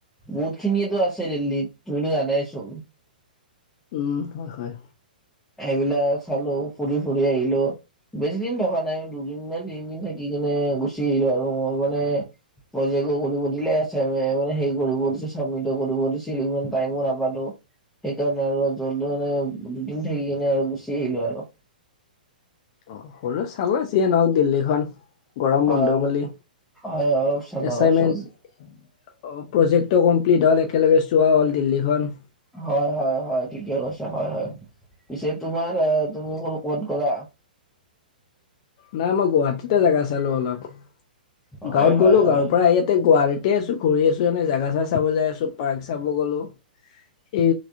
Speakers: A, in the centre; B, on the left.
A: বহুতখিনিয়েতো আছে দিল্লীত তুমিতো জানাই চোন।
B: উম হয় হয়।
A: এইবিলাক চালো ফুৰি ফুৰি আহিলোঁ। বেছি দিন থকা নাই দুদিন নে তিনিদিন থাকি কেনে গুচি আহিলো আৰু মোৰ মানে প্ৰজেক্টটো কৰিব দিলে কৰিব দিছিল চাবমিত কৰিব দিছিল ইমান টাইমো নাপালোঁ। সেইকাৰণে আৰু জলদ মানে দুদিন থাকি কিনে আৰু গুচি আহিলো আৰু।
B: অঁ হ'লেওঁ চালে যিয়ে নহওক দিল্লীখন। গৰম
A: হয়
B: বন্ধ
A: অলপ
B: বুলি
A: হয় অলপ চালো
B: এছাইনমেণ্ট
A: অলপ চালো।
B: প্ৰজেক্টটো কমপ্লিট হ'ল একেলগে চোৱা হ'ল দিল্লীখন।
A: হয় হয় হয় ঠিকে কৈছে হয় হয়, পিছে তোমাৰ তুমি কবাত গ'লা?
B: নাই মই গুৱাহাটীতে জেগা চালোঁ অলপ,
A: হয়
B: গাঁৱত
A: হয়
B: গ'লো
A: হয়
B: গাঁৱৰ পৰা ইয়াতে গুৱাহাটীত গতে আছো ঘূৰি আছো এনেই জেগা চেগা চাব যাই আছো পাৰ্কৰ চাব গলো এই